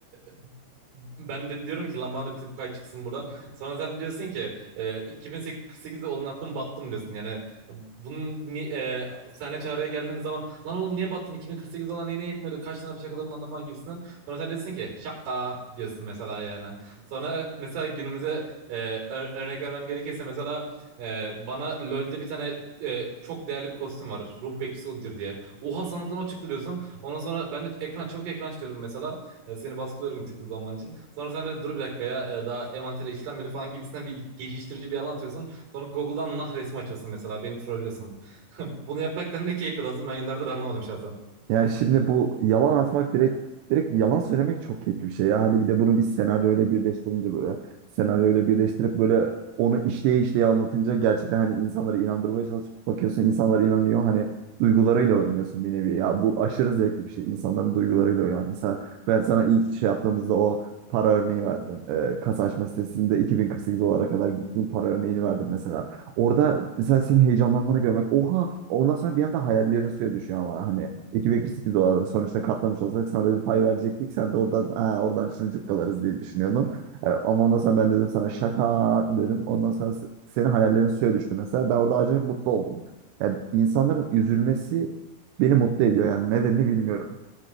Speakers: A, on the right (about 60°); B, on the right (about 80°).
A: e, ben de diyorum ki lan bana da bir tık pay çıksın buradan. Sonra sen diyorsun ki e, 2008'de olan attım battım diyorsun. Yani bunun ni- e, senle çağrıya geldiğimiz zaman lan oğlum niye battın? 2048 olan neyine yetmiyordu? Kaç tane şakaların anla falan gibisinden. Sonra sen diyorsun ki şaka diyorsun mesela yani. Sonra e, mesela günümüze e, ö- örnek vermem gerekirse mesela e, bana LoL'de bir tane e, çok değerli bir kostüm var. Ruh bekçisi odur diye. Oha sandıktan o çıktı diyorsun. Ondan sonra ben de ekran çabuk ekran açıyorum mesela. Ya seni baskılıyorum bir tık hızlanman için. Sonra sen de dur bir dakika ya e, daha envantere işlenmedi falan gibisinden bir geçiştirici bir yalan atıyorsun. Sonra Google'dan nah resmi açıyorsun mesela beni trollüyorsun. <laughs> Bunu yapmaktan ne keyif alıyorsun ben yıllardır anlamadım şahsen.
B: Yani şimdi bu yalan atmak direkt direkt yalan söylemek çok keyifli bir şey ya. Hani bir de bunu bir senaryoyla birleştirince böyle senaryoyla birleştirip böyle onu işleye işleye anlatınca gerçekten hani insanları inandırmaya çalışıp bakıyorsun insanlar inanıyor. Hani duygularıyla oynuyorsun bir nevi. Ya bu aşırı zevkli bir şey. İnsanların duygularıyla oynamak. Mesela ben sana ilk şey yaptığımızda o para örneği verdim. Ee, kasa açma sitesinde 2048 dolara kadar gittiğim para örneğini verdim mesela. Orada mesela senin heyecanlanmanı görmek. Oha! Ondan sonra bir anda hayallerin suya düşüyor ama hani 2,48 dolar sonuçta katlamış olsak sana da bir pay verecektik. Sen de oradan ha, oradan şunu cukkalarız diye düşünüyordun. E, ama ondan sonra ben dedim sana şaka dedim. Ondan sonra se- senin hayallerin suya düştü mesela. Ben orada acayip mutlu oldum. Yani insanların üzülmesi beni mutlu ediyor yani nedenini bilmiyorum.